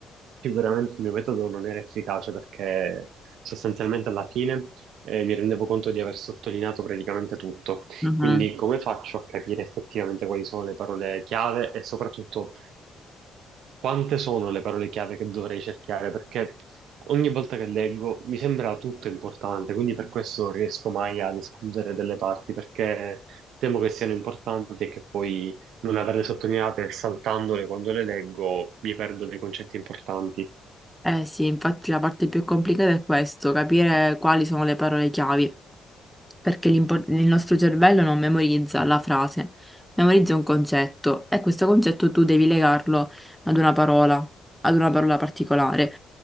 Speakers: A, on the right (about 80°); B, in the centre.
A: Sicuramente il mio metodo non era efficace perché sostanzialmente alla fine eh, mi rendevo conto di aver sottolineato praticamente tutto.
B: Mhm.
A: Quindi come faccio a capire effettivamente quali sono le parole chiave e soprattutto quante sono le parole chiave che dovrei cercare? Perché ogni volta che leggo mi sembra tutto importante, quindi per questo non riesco mai ad escludere delle parti perché temo che siano importanti e che poi non averle sottolineate e saltandole quando le leggo mi perdo dei concetti importanti.
B: Eh sì, infatti la parte più complicata è questo, capire quali sono le parole chiave. perché l'impo- il nostro cervello non memorizza la frase, memorizza un concetto e questo concetto tu devi legarlo ad una parola, ad una parola particolare